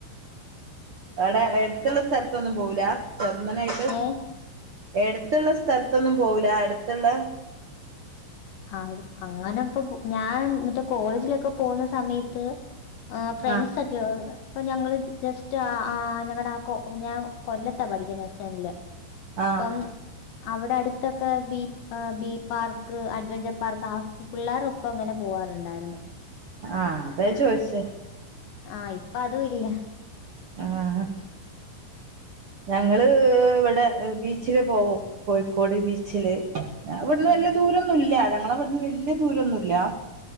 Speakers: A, on the right; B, on the left.
A: എവിടെ എടുത്തുള്ള സ്ഥലത്തൊന്നും പോവുല ചെറുന്നനായിട്ട്
B: ഏഹ്?
A: എടുത്തുള്ള സ്ഥലത്തൊന്നും പോവൂല്ല അടുത്തുള്ള
B: ആ അങ്ങനെ ഇപ്പൊ ഞാൻ മറ്റേ കോളേജിലൊക്കെ പോകുന്ന സമയത്ത് ആ ഫ്രണ്ട്സ
A: ആഹ്
B: ഒക്കെ ഇപ്പൊ ഞങ്ങള് ജസ്റ്റ് ആ ആ ഞങ്ങളുടെ ആകൊ ഞാൻ കൊല്ലത്താ പഠിക്കുന്നസനില്
A: ആഹ്
B: ഇപ്പം അവിടെ അടുത്ത് ഇത്തൊക്കെ ബി ബി പാർക്ക് ആ ചെപ്പാർക്ക് പിള്ളേർൊപ്പം അങ്ങനെ പോവാാറുണ്ടായിരുന്നു
A: ആ അത ചോയിിച്ചേ
B: ആഹ് ഇപ്പതുല്ല
A: ആഹ് ഞങ്ങള് വടെ ബീച്ചില് പോവും കോഴിക്കോട് ബീച്ചില് ഞങ്ങവ്ട്ന്ന്
B: ഉം
A: വല്ല്യേദൂരന്നുല്ല ഞങ്ങള് വല്ല്യേ ദൂരന്നുല്ല